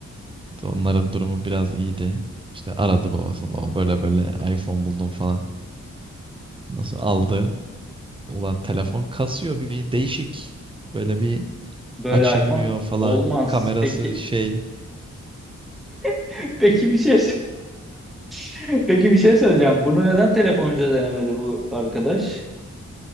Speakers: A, on the right; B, in the centre.
A: Onların durumu biraz iyiydi. İşte aradı babasını. Baba böyle böyle iPhone buldum falan. Nasıl aldı? Ulan telefon kasıyor bir değişik. Böyle bir
B: Böyle
A: açılmıyor
B: iPhone
A: falan.
B: olmaz.
A: Kamerası
B: Peki
A: şey
B: <laughs> peki bir şey <laughs> Peki bir şey söyleyeceğim. Bunu neden telefoncuda denemedi bu arkadaş?